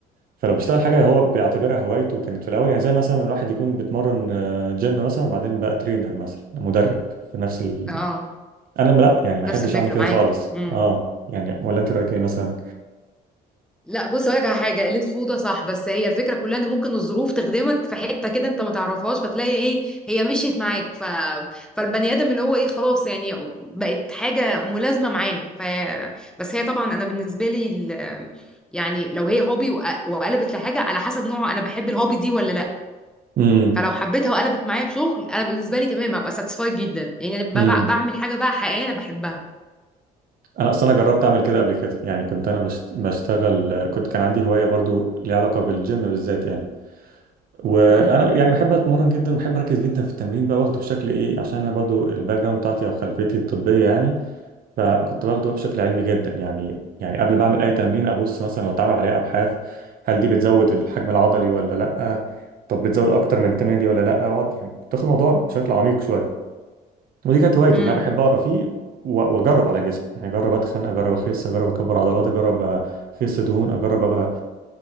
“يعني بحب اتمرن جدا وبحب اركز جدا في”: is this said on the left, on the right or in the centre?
Right